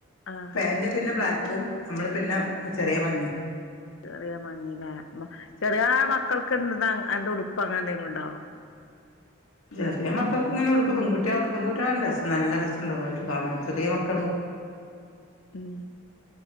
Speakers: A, on the left (about 70°); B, on the left (about 90°).
A: ആഹ്
B: പാന്റ് പിന്നെ ബ്ലാക്കും നമ്മള് പിന്നെ ചെറിയ മഞ്ഞയാ
A: ചെറിയ മഞ്ഞലേ ചെറിയാ മക്കൾ ക്ക്ന്നാ അത് ന്തോ ഉടുപ്പ് അങ്ങനെ എങ്ങനെന്തെലുംണ്ടോ
B: ചെറിയ മക്കൾക്ക് ഇങ്ങനെ ഉടുപ്പ് പെൺകുട്ടികൾക്ക് പെൺകുട്ടികൾടെ ഡ്രസ്സ് നല്ല രസുണ്ടാവും അതിട്ട് കാണാൻ ചെറിയ മക്കള്
A: ഉം